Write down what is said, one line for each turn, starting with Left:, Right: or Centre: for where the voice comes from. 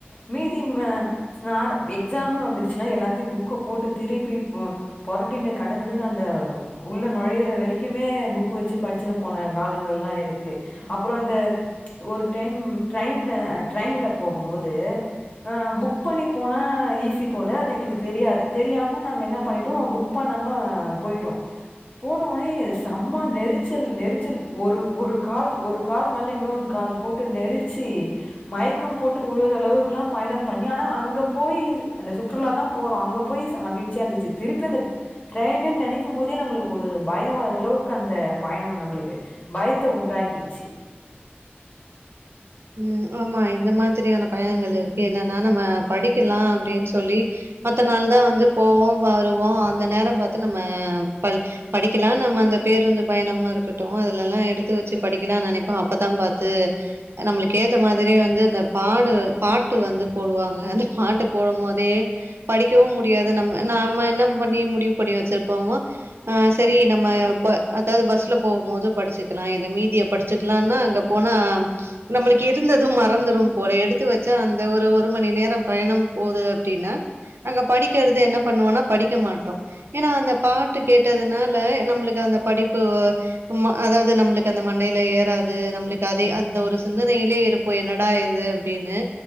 Left: மீதி அ நா எக்ஸாம்னு வந்துட் ச்சுனா எல்லாத்தையு புக்குப் போட்டு திருப்பி பு பொரட்டினு கடந்துன்னு அந்த உள்ள நொழையிற வ வரிக்குமே புக் வச்சு படிச்சுன்னு போன காலங்கள் எல்லா இருக்கு அப்புறோ இந்த ஒரு டைம் ட்ரெயின் ட்ரெயின்ல போகும் போது ஆ புக் பண்ணி போனா அ ஈஸி போல அது எங்களுக்கு தெரியாது தெரியாம நாங்க என்ன பண்ணிட்டோ புக் பண்ணாம போயிட்டோ போனோனே செம்ம நெரிச்சல் நெரிச்சல் ஒரு ஒரு கால் ஒரு கால் மேல இன்னொரு கால் போட்டு நெரிச்சி மயக்கம் போட்டு உழுற அளவுக்கெல்லா பய பயணம் பண்ணி ஆனா அங்க போய் அந்த சுற்றுலா தா போறோ அங்க போய் செ மகிழ்ச்சி இருந்துச்சி திருப்பி அந்த ட்ரெயினுன்னு நெனைக்கும் போதே நம்மளுக்கு ஒரு பய வர அளவுக்கு அந்த பயணம் நம்மளுக்கு பய த்து உண்டாக்கிச்சி
Right: ம் ஆமா இந்த மாதிரியான பயணங்கள் இருக்கு என்னன்னா நம்ம படிக்கலா அப்டின்னு சொல்லி மத்த நாள் தா வந்து போவோ வருவோ அந்த நேரம் பாத்து நம்ம ப படிக்கலா நம்ம அந்த பேருந்து பயணமா இருக்கட்டு அதுல எல்லா எடுத்து வச்சு படிக்கலாம்னு நெனைப்பே அப்பதா பாத்து நம்மளுக்கு ஏத்த மாதிரியே வந்து அந்த பாடு பாட்டு வந்து போடுவாங்க அந்த பாட்டு போடும் போ தே படிக்கவு முடியாது நம்ம நாம என்ன பண்ணி முடியு பண்ணி வச்சிருப்போமோ ஆ செரி நம்ம போ அதாவது பஸ்ல போகும் போது படிச்சுக்கலா இத மீதிய படிச்சு இருக்கலானா அங்க போனா நம்மளுக்கு இருந்ததும் மறந்துரும் போல எடுத்து வச்சா அந்த ஒரு ஒரு மணி நேரம் பயணம் போகுது அப்டின்னா அங்க படிக்கிறது என்ன பண்ணுவோனா படிக்க மாட்டோ ஏன்னா அந்த பா கேட்டதுனால நம்ளுக்கு அந்த படிப்பு ம அதாவது நம்ளுக்கு அந்த மண்டையில ஏறாது நம்ளுக்கு அதே அந்த ஒரு சிந்தனையிலே இருப்போ என்னடா இது அப்டின்னு